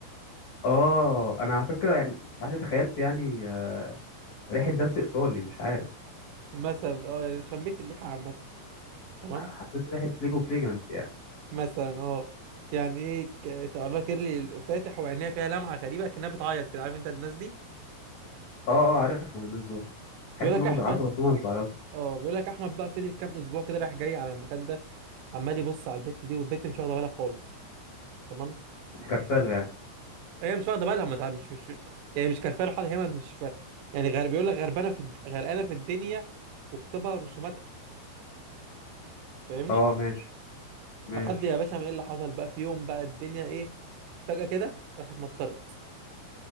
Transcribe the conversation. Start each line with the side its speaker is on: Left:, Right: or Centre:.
Left: اه انا على فكره يعني مش عارف ليه تخيلت يعني آه، ريحه درس ايطالي مش عارف
Right: مثلا اه يعني شميت ريحه عامه تمام
Left: ح- حسيت ريحه ليجو فليجانس يعني
Right: مثلا اه يعني ايه ك- شعرها كيرلي فاتح وعينيها فيها لمعه غريبه كانها بتعيط كده عارف انت الناس دي
Left: اه اه عارفهم الناس دول تحس
Right: بيقول
Left: ان
Right: لك
Left: هم
Right: احمد
Left: بيعيطوا بس هم مش بيعيطوا
Right: اه بيقول لك احمد بقى فضل كام اسبوع كده رايح جاي على المكان ده عمال يبص على البت دي والبت مش واخده بالها خالص تمام
Left: مش كرفالو يعني
Right: هي مش واخده بالها ما تع- مش مش يعني مش كارفه له حاجه هي مش ف... يعني غير بيقول لك غربانه في الد- غرقانه في الدنيا وكتبها رسوماتها فاهمني
Left: اه ماشي ماشي
Right: لحد يا باشا ما ايه اللي حصل بقى في يوم بقى الدنيا ايه فجاه كده راحت مطرت